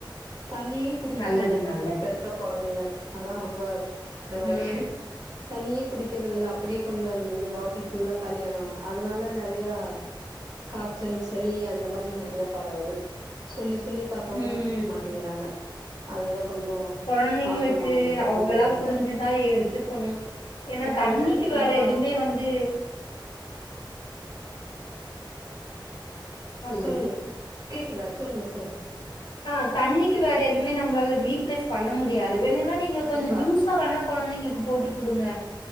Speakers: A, on the right; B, on the left.
A: தண்ணியு குடிக்க
B: நல்லது
A: மாட்டேங்கிறாங்க
B: நல்லது
A: இப்ப இருக்க கொழந்தைங்க அதா ரொம்ப இதுவா இருக்கு
B: ம்
A: தண்ணியே குடிக்கறது இல்ல அப்டியே கொண்டு வந்துது பாட்டில் ஃபுல்லா காலி ஆகாம அதனால நெறையா கா ச்சல் சளி அந்த மாரி நெறைய பரவுது சொல்லி சொ ல்லி பாத்தாளு
B: ம்
A: <inaudible> மாடேங்கிறாங்க அதுதா கொஞ்சோ
B: கொழந்தைங்களுக்கு
A: மாத்தணு அவங்க கொழந்தைங்க
B: அவங்களா
A: கிட்ட
B: புரிஞ்ச்சி தா எடு த்துகணும் ஏனா
A: ஏன்னா
B: தண்ணிக்கு
A: வெளையாட்டுத்தனோ
B: வேற
A: ஆர்வோ
B: எதுமே வந்து ஹலோ
A: சொல்லுங்க கேக்குதா சொல்லுங்க சொல்லுங்
B: ஆ தண்ணிக்கு வேற எதுமே நம்மளால ரீப்ளேஸ் பண்ண முடியாது இது வேணுனா நீங்க
A: கண்டிப்பா
B: கொஞ்ச ஜூஸா வேணா கொழந்தைங்களுக்கு போட்டு குடுங்க